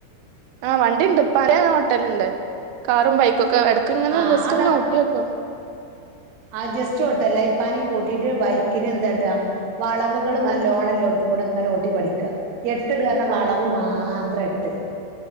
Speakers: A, on the right; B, on the right.
A: ആഹ് വണ്ടിണ്ട് ഇപ്പാന്റെ ഓട്ടലുണ്ട് കാറും ബൈക്കും ഒക്കെ എടക്കിങ്ങനെ
B: ആഹ്
A: ജസ്റ്റ്
B: അത
A: ഇങ്ങനെ ഓട്ടിഓക്കും
B: ആ ജസ്റ്റ് ഓട്ടല്ല ഇപ്പാനും കൂട്ടിയിട്ട് ബൈക്കിന് എന്താട്ടാ വളവുകൾ നല്ലോണല്ലോടുത്തു
A: ആഹ്
B: കൂടെ ഇങ്ങനെ ഓട്ടി പഠിക്ക എട്ട്ട് അർഞ്ഞ വളവ്
A: ആഹ്
B: മാത്രം എട്ട്